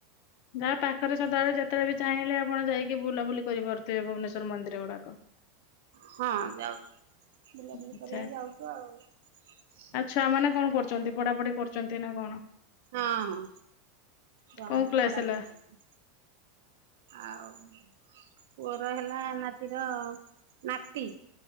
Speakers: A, on the left; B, on the right.
A: ଯାହା ପାଖରେ ସଦାବେଳେ ଯେତେବେଳେ ବି ଚାହିଁଲେ ଆପଣ ଯାଇକି ବୁଲାବୁଲି କରିପାରୁଥିବେ ଭୁବନେଶ୍ୱର ମନ୍ଦିର ଗୁଡାକ।
B: ହଁ ଯାଉଛି ବୁଲାବୁଲି
A: ଆଚ୍ଛା।
B: କରିବା ଯାଉଛୁ ଆଉ।
A: ଛୁଆମାନେ କଣ କରୁଛନ୍ତି। ପଢାପଢି କରୁଛନ୍ତି ନା କଣ।
B: ହଁ ହଁ ଛୁଆମାନେେ
A: କୋଉ କ୍ଲାସ
B: ପଢାପଢି
A: ହେଲା?
B: କର ଆଉ। ପୁଅର ହେଲା ନାତିର ନାତି।